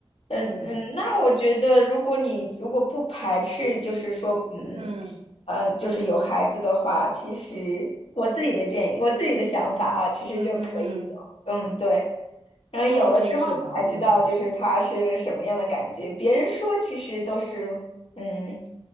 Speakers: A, on the left; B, on the right.
A: 嗯嗯，
B: 嗯
A: 那我觉得，如果你如果不排斥，就是说，嗯，
B: 嗯
A: 呃，就是有孩子的话，其实我自己的建议，我自己的想法啊，其实就可以有，
B: 嗯嗯嗯，
A: 嗯，对。然后有了之后，
B: 就 OK 是吧？
A: 你才知道就是他是什么样的感觉。
B: 嗯，
A: 别人说其实都是，嗯，